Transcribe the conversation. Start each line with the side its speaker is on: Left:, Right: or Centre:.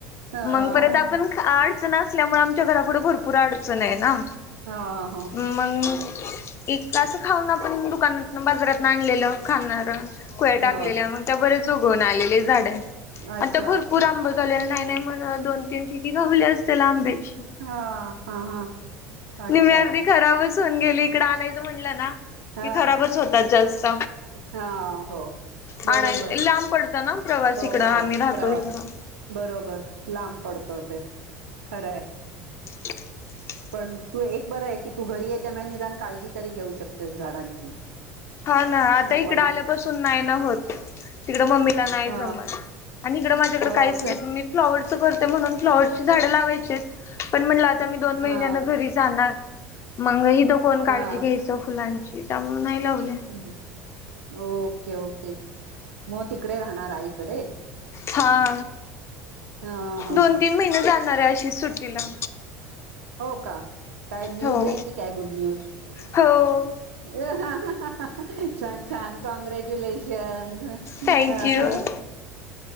Right: ह हा,
Left: मग परत आपण अडचण असल्यामुळे आमच्या घरापुढ भरपूर अडचण आहे ना.
Right: हा,
Left: मग. एक असं खाऊन आपण दुकानात बाजारातून आणलेलं खाणार कोुया्या
Right: ह
Left: टाकलेलं मग. त्या बरेच उगवून आलेले झाड आहे
Right: अच्छा
Left: आता भरपूर
Right: अच्छा
Left: आंबा. गलेलं नाही नाही म्हण दोन तीन ठिकी गावल्या असेल आंब्याची.
Right: हा हा हा, अच्छा
Left: निहमी आर्धी खराबच होऊन गेली इकडं आणायचं म्हणलं ना.
Right: हा
Left: कि खराबच होतात जास्त
Right: हा हो बरोबर
Left: आण लांब पडत. त ना प्रवास
Right: हो
Left: इकडं आम्ही राहतो
Right: प्रवा
Left: इकडं.
Right: बरोबर लांब पडतो ते खरंय.
Left: <inaudible>
Right: पण तू एक बरं आहे की तू घरी आहे त्यामुळे निदान काळजी तरी घेऊ शकतेस झाडांची.
Left: हा ना आता
Right: आपण
Left: इकडे आल्यापासून नाही ना होत. तिकडं मम्मीला नाही
Right: अ
Left: जमत आणि इकडं माझ्याकडं
Right: हो
Left: काहीच नाही
Right: ते
Left: मी. फ्लॉवरर्स करते म्हणून फ्लॉअर्सची झांड लावायची हाईत. पण म्हटलं आता मी दोन महिन्यांना
Right: हा
Left: घरी जाणार मग हथ कोण काळजी
Right: हा
Left: घ्यायची. त्या फुलांची त्यामुळेून नाही लावले.
Right: हम हम ओके ओके. मग तिकडे राहणार आई इकडे.
Left: हा,
Right: हा हा
Left: दोन तीन महिने जाणार आहे अशी सुट्टीला.
Right: हो का काय न्यूज
Left: हो
Right: आहे की काय गुड न्यूज.
Left: हो
Right: <inaudible> छान छान कॉँंग्रॅच्युलेशन
Left: थँक
Right: ह.
Left: यू